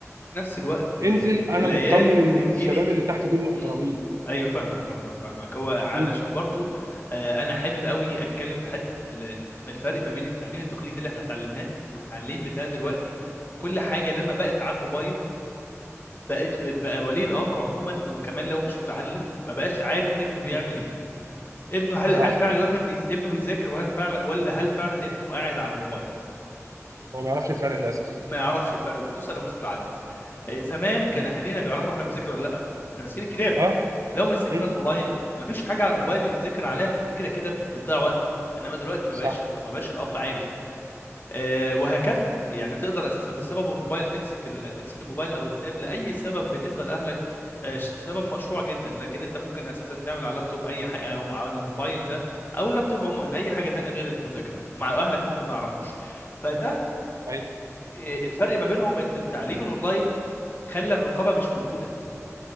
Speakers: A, on the left; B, on the right.
A: في نفس الوقت آه،
B: انزل انا
A: العيال
B: مطمن
A: م-
B: ان
A: جيلك
B: الشباب اللي تحت دول محترمين
A: امم ايوه فاهمك فاهمك فاهمك هو علشان
B: مم.
A: برضو آه، انا حابب قوي اتكلم في حته ال- ال- الفرق ما بين التعليم التقليدي اللي احنا اتعلمناه والتعليم بتاع دلوقتي كل حاجه لما بقت على الموبايل بقت بقى ولي الامر عموما وكمان لو مش متعلم ما بقاش عارف ابنه بيعمل
B: مم.
A: ايه ابنه هل
B: صح
A: هل فعلا ابنه بيز- ابنه بيذاكر وهل فعلا ولا هل فعلا ابنه قاعد على الموبايل
B: هو ما يعرفش الفرق للاسف
A: ما يعرفش الفرق وخصوصا لو مش متعلم آه، زمان كان
B: مم.
A: اهالينا بيعرفوا احنا بنذاكر ولا لا احنا ماسكين الكتاب
B: اه
A: لو مسكنا
B: مم.
A: الموبايل ما فيش حاجه على الموبايل يتذاكر عليها فانت كده كده بتضيع وقت انما دلوقتي ما
B: صح
A: بقاش ما بقاش الاب عارف آه، وهكذا يعني تقدر اساسا بسبب الموبايل تمسك ال- تمسك الموبايل او التاب لاي سبب بالنسبه لاهلك آه، سبب مشروع جدا لكن انت ممكن اساسا تعمل على اللابتوب اي حاجه او مع الموبايل ده او اللابتوب عموما اي حاجه تانية غير المذاكره ومع اهلك ممكن ما يعرفوش فده
B: ايوه
A: آه، الفرق ما بينهم ان التعليم الاونلاين خلى الرقابه مش موجوده